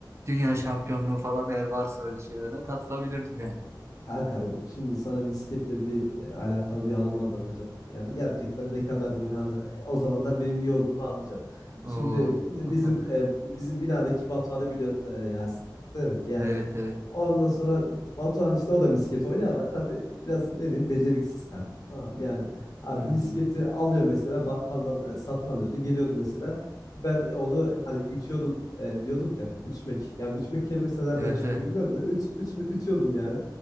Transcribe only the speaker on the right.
dünya şampiyonluğu falan eğer varsa öyle şeylere katılabilirdim yani.
Oo,
anlat
kanka.
Evet evet.
Hmm.
Evet
evet.